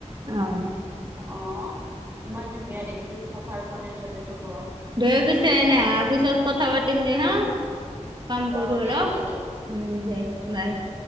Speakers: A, on the right; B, on the right.
A: অ'।
B: অ', ইমান ধুনীয়া দেখিম চাফাৰ কনে চনে থব।
A: দে পিছে এনে
B: তাক
A: আহাৰ পিছত কথা পাতিম দে হা কাম কৰো
B: অ দে
A: অলপ।
B: দে
A: উম,
B: দে
A: দে বাই।